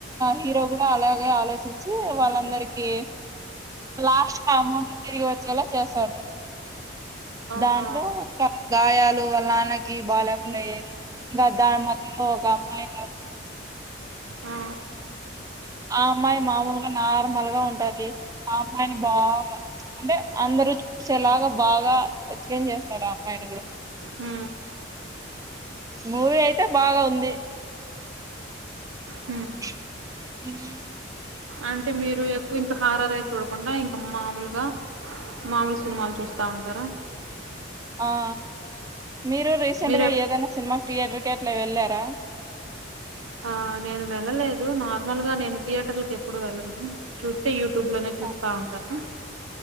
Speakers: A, on the right; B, on the right.
A: హీరో కూడా అలాగే ఆలోచించి వాళ్ళందరికి లాస్ట్ కి అమౌంట్ తిరిగి వచ్చేలా చేస్తాడు
B: ఆహా
A: దాంట్లో కర్ గాయాలు వాళ్ళ నాన్నకి బాగాలేకుండా అయ్యేయి ఇంకా దాని మధ్యలో ఒక అమ్మాయి
B: ఆ
A: ఆ అమ్మాయి మామూలుగా నార్మల్గా ఉంటది ఆ అమ్మాయిని బాగా అంటే అందరుూ చూసి ఎలాగ బాగా వచ్చేం చేస్తాడు ఆ అమ్మాయిని కూడా
B: ఉ
A: మూవీ ఐతే బాగా ఉంది <unintelligible>
B: హ్మ్.
A: అ
B: అంటే మీరు ఎక్కువ ఇంకా హారారవి చూడకుండా ఇంకా మాముూలుగా మామూలు సినిమాలు చూస్తా ఉంటారా
A: ఆ మీరు రీసెంట్
B: మీరే
A: గా ఏదైనా సిన్మా థియేటర్కి అట్లా వెళ్ళారా
B: ఆ నేను వెళ్ళలేదు నార్మల్ గా నేను థియేటర్కి ఎప్పుడు వెళ్ళను చూస్తే యు యూట్యూబ్లోనే చూస్తా
A: ఆ
B: ఉంటారు